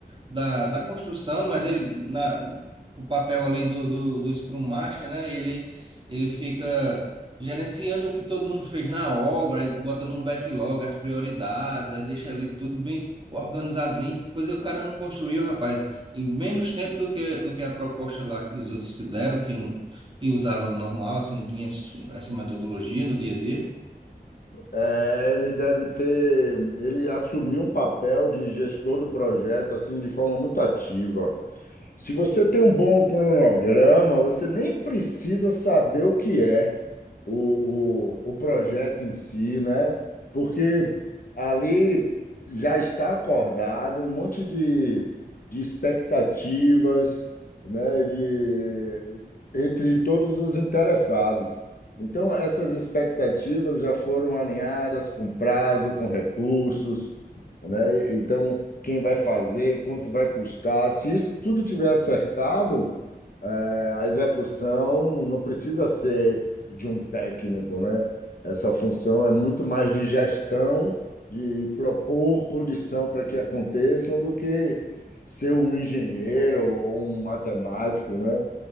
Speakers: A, on the right; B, on the left.
A: da, da construção, mas ele na o papel ali do, do, do Scrum Master, né? Ele ele fica gerenciando o que todo mundo fez na obra, aí bota num backlog as prioridades, aí deixa ali tudo bem organizadinho. Pois é, o cara não construiu, rapaz, em menos tempo do que do que a proposta lá que os outros fizeram, que não que usava normal, assim, não tinha esse- essa metodologia no dia a dia.
B: É, ele deve ter, ele assumiu um papel de gestor do projeto assim de forma muito ativa. Se você tem um bom cronograma, você nem precisa saber o que é o, o, o projeto em si, né? Porque ali já está acordado um monte de, de expectativas, né? De, entre todos os interessados. Então, essas expectativas já foram alinhadas com prazo, com recursos, né? Então, quem vai fazer, quanto vai custar? Se isso tudo tiver acertado, eh, a execução não precisa ser de um técnico, né? Essa função é muito mais de gestão, de propor condição para que aconteçam, do que ser um engenheiro ou um matemático, né?